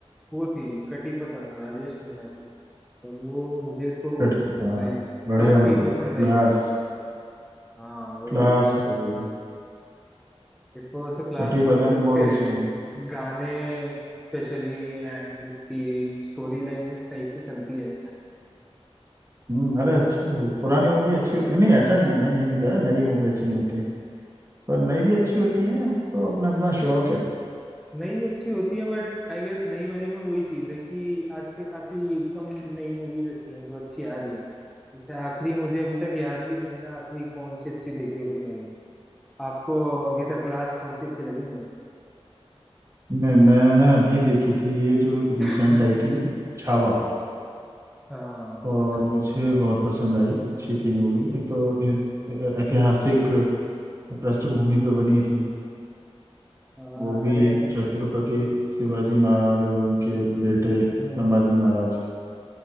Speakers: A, in the centre; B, on the right.
A: वो थी कटी पतंग राजेश खन्ना की और वो मुझे तो
B: कट हाँ
A: लाइक
B: बढ़िया
A: काफी
B: movie
A: पसंद
B: class
A: आई थी हाँ वही
B: Class movie
A: It was a class
B: Kati
A: movie
B: Patang
A: उसके
B: बहुत अच्छी movie।
A: गाने स्पेशली एंड उसकी स्टोरी लाइन जिस टाइप से चलती है
B: हम्म अरे अच्छी मूवी पुरानी मूवी अच्छी होती है नहीं ऐसा नहीं है मैं ये नहीं कह रहा नई मूवी अच्छी नहीं होती पर नई भी अच्छी होती है तो अपना अपना शौक है
A: नई अच्छी होती है बट आई गेस नई वाली में वही चीज है कि आजकल काफी कम नई मूवीज ऐसी हैं जो अच्छी आ रही है जैसे आखिरी मुझे अभी तक याद भी नहीं मैंने आखिरी कौन सी अच्छी देखी होगी नई में आपको अभी तक लास्ट कौन सी अच्छी लगी नहीं
B: नहीं मैंने अभी देखी थी ये जो
A: <laughs>
B: रिसेंट आई थी छावा
A: हाँ
B: और मुझे बहुत पसंद आई अच्छी थी मूवी एक तो इस- ऐतिहासिक पृष्ठभूमि पे बनी थी
A: हाँ,
B: वो भी
A: अरे हम्म
B: छत्रपति शिवाजी महाराज और उनके बेटे
A: हम्म।
B: संभाजी महाराज